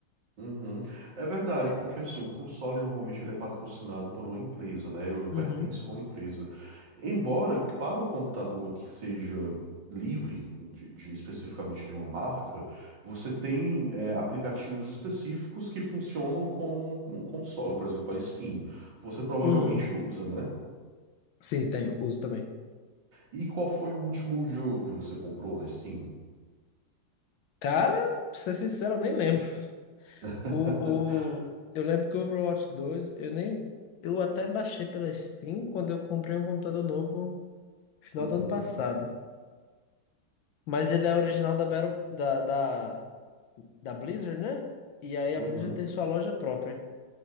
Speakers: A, on the right (about 65°); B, on the left (about 75°).
A: Uhum. É verdade, porque assim, o console normalmente ele é patrocinado por uma empresa, né? Ele pertence
B: Uhum,
A: a uma empresa. Embora que para o computador que seja livre, de, de- especificamente de uma marca, você tem é, aplicativos específicos que funcionam como um, um console, por exemplo, a Steam. Você provavelmente
B: uhum.
A: usa, né?
B: Sim, tenho, uso também.
A: E qual foi o último jogo que você comprou na Steam?
B: Cara, pra ser sincero, eu nem lembro.
A: <laughs>
B: O, o... Eu lembro que o Overwatch 2, eu nem. Eu até baixei pela Steam quando eu comprei um computador novo no final
A: Uhum,
B: do ano passado. Mas ele é original da Battle, da, da, da Blizzard, né? E aí
A: uhum,
B: a Blizzard tem sua loja própria.